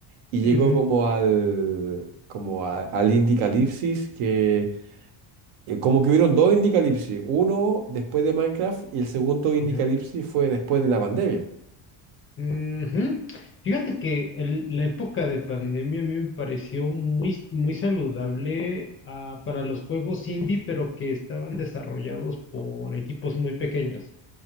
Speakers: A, on the right (about 75°); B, on the left (about 25°).
A: y llegó
B: ujú,
A: como al como a- al Indicalipsis que eh, como que hubieron dos Indicalipsis, uno después de Minecraft y el segundo Indicalipsis
B: ujú,
A: fue después de la pandemia.
B: ujú. Fíjate que el- la época de pandemia a mí me pareció muy, muy saludable ah, para los juegos indie, pero que estaban desarrollados por equipos muy pequeños.